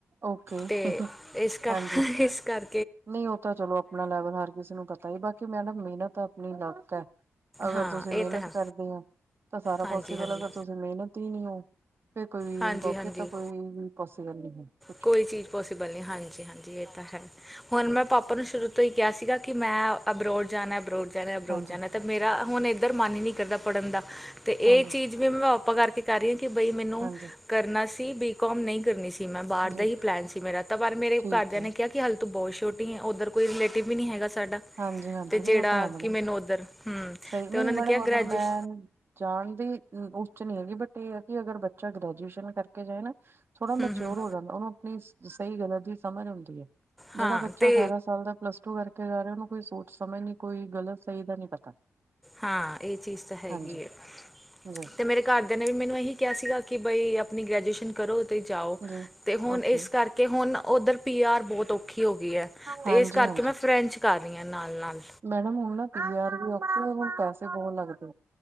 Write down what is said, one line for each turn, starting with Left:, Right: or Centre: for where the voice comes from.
Right: ਓਕੇ
Centre: ਤੇ ਇਸ ਕਰ
Right: ਹਾਂਜੀ
Centre: ਇਸ ਕਰ
Right: ਨਹੀਂ ਉਹ ਤਾਂ ਚਲੋ ਆਪਣਾ ਲੈਵਲ ਹਰ ਕਿਸੇ ਨੂੰ ਪਤਾ ਹੀ ਬਾਕੀ ਮਿਹਨਤ ਆਪਣੀ ਲੱਕ ਹੈ। ਅਗਰ
Centre: ਹਾਂ
Right: ਤੁਸੀਂ ਮਿਹਨਤ
Centre: ਇਹ ਤਾਂ ਹੈ
Right: ਕਰਦੇ ਹੋ ਤਾਂ ਸਾਰਾ
Centre: ਹਾਂਜੀ
Right: ਪੋਸੀਬਲ
Centre: ਹਾਂਜੀ
Right: ਅਗਰ ਤੁਸੀਂ ਮਿਹਨਤ ਹੀ ਨਹੀਂ ਫਿਰ ਕੋਈ
Centre: ਹਾਂਜੀ ਹਾਂਜੀ
Right: ਫਿਰ ਤਾਂ ਕੋਈ ਵੀ ਪੋਸੀਬਲ ਨਹੀਂ ਹੈ। ਕੁਛ
Centre: ਕੋਈ ਚੀਜ਼ ਪੋਸੀਬਲ ਨਹੀਂ ਹਾਂਜੀ, ਹਾਂਜੀ ਇਹ ਤਾਂ ਹੈ। ਹੁਣ ਮੈਂ ਪਾਪਾ ਨੂੰ ਸ਼ੁਰੂ ਤੋਂ ਈ ਕਿਹਾ ਸੀਗਾ ਕਿ ਮੈਂ ਅਬਰੋਡ ਜਾਣਾ, ਅਬਰੋਡ ਜਾਣਾ, ਅਬਰੋਡ
Right: ਹਾਂਜੀ
Centre: ਜਾਣਾ। ਤੇ ਮੇਰਾ ਹੁਣ ਏਧਰ ਮਨ ਨੀ ਕਰਦਾ ਪੜ੍ਹਨ ਦਾ ਤੇ ਇਹ
Right: ਹਾਂਜੀ
Centre: ਚੀਜ਼ ਵੀ ਮੈਂ ਪਾਪਾ ਕਰਕੇ ਕਰ ਰਹੀ ਆ ਕਿ ਬਈ ਮੈਨੂੰ
Right: ਹਾਂਜੀ
Centre: ਕਰਨਾ ਸੀ ਬੀ ਕੋਮ ਨਹੀਂ ਕਰਨੀ ਸੀ ਮੈਂ
Right: ਜੀ
Centre: ਏਹੀ ਪਲੈਨ ਸੀ ਮੇਰਾ ਤਾਂ ਪਰ ਮੇਰੇ
Right: ਠੀਕ
Centre: ਘਰਦਿਆਂ
Right: ਹੈ
Centre: ਨੇ ਕਿਹਾ ਕਿ ਹੱਲੇ ਤੂੰ ਬਹੁਤ ਛੋਟੀ ਏ। ਉੱਧਰ ਕੋਈ ਰਿਲੇਟਿਵ ਵੀ ਨੀ ਹੈਗਾ ਸਾਡਾ
Right: ਹਾਂਜੀ, ਹਾਂਜੀ
Centre: ਤੇ ਜਿਹੜਾ
Right: ਨਹੀਂ ਉਹ ਤਾਂ ਹੈ ਮੈਡਮ
Centre: ਕਿ ਮੈਨੂੰ ਉੱਧਰ ਹਮ
Right: ਸਹੀ ਨਹੀਂ
Centre: ਤੇ ਉਹਨਾਂ ਨੇ
Right: ਮੈਡਮ
Centre: ਕਿਹਾ
Right: ਅਗਰ
Centre: ਗ੍ਰੈਜੂਏਸ਼
Right: ਮੈਂ ਜਾਣ ਦੀ ਉੱਚ ਨੀ ਹੈਗੀ ਬਟ ਇਹ ਹੈ ਕਿ ਅਗਰ ਬੱਚਾ ਗ੍ਰੈਜੂਏਸ਼ਨ ਕਰਕੇ ਜਾਏ ਨਾ ਥੋੜਾ ਮਚਿਓਰ
Centre: ਨਾ ਹਮ ਹਮ
Right: ਹੋ ਜਾਂਦਾ ਉਹਨੂੰ ਆਪਣੀ ਸਹੀ ਗਲਤ ਦੀ ਸਮਝ ਆਉਂਦੀ ਹੈ
Centre: ਹਾਂ
Right: ਜਿਹੜਾ ਬੱਚਾ
Centre: ਤੇ
Right: ਅਠਾਰਾਂ ਸਾਲ ਦਾ ਪਲੱਸ ਇਕੋਂ ਕਰਕੇ ਜਾ ਰਹੇ ਉਹਨੂੰ ਕੋਈ ਸੋਚ ਸਮਝ ਨੀ ਕੋਈ ਗ਼ਲਤ ਸਹੀ ਦਾ ਨੀ ਪਤਾ
Centre: ਹਾਂ ਇਹ ਚੀਜ਼ ਤਾਂ ਹੈਗੀ
Right: ਹਾਂਜੀ
Centre: ਹੈ
Right: ਜੀ
Centre: ਤੇ ਮੇਰੇ ਘਰਦਿਆਂ ਨੇ ਵੀ ਮੈਨੂੰ ਇਹੀ ਕਿਹਾ ਸੀਗਾ ਕਿ ਬਈ ਆਪਣੀ ਗ੍ਰੈਜੂਏਸ਼ਨ ਕਰੋ ਤੇ ਜਾਓ
Right: ਜੀ
Centre: ਤੇ ਹੁਣ
Right: ਓਕੇ।
Centre: ਇਸ ਕਰਕੇ ਹੁਣ ਉੱਧਰ ਪੀ ਆਰ ਬਹੁਤ ਔਖੀ ਹੋ ਗਈ ਹੈ। ਤੇ
Right: ਹਾਂਜੀ
Centre: ਇਸ ਕਰਕੇ
Right: ਹਾਂਜੀ
Centre: ਮੈਂ ਫਰੈਂਚ ਕਰ ਰਹੀਆ ਨਾਲ, ਨਾਲ
Right: ਮੈਡਮ ਹੁਣ ਨਾ ਪੀ ਆਰ ਵੀ ਔਖੀ ਹੁਣ ਪੈਸੇ ਬਹੁਤ ਲੱਗਦੇ